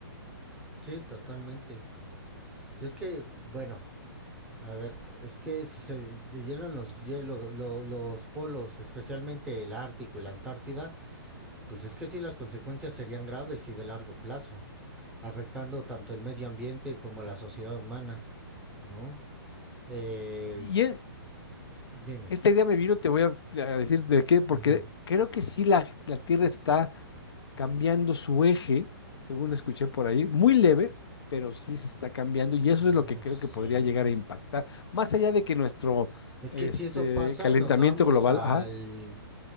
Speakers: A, in the centre; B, on the left.
A: Sí, totalmente. Si es que, bueno, a ver, es que si se deshielan los hielos, lo- los polos, especialmente el Ártico y la Antártida, pues es que sí las consecuencias serían graves y de largo plazo, afectando tanto el medio ambiente como la sociedad humana, ¿no? Eh,
B: Y es,
A: dime.
B: Esta idea me vino, te voy a, a decir de qué, porque
A: Ujú.
B: creo que sí la, la Tierra está cambiando su eje, según escuché por ahí, muy leve, pero sí se está cambiando y eso
A: No
B: es lo que
A: lo
B: creo
A: sé.
B: que podría llegar a impactar, más allá de que nuestro
A: Es
B: este,
A: que si eso pasa,
B: calentamiento
A: nos vamos
B: global,
A: al
B: ajá,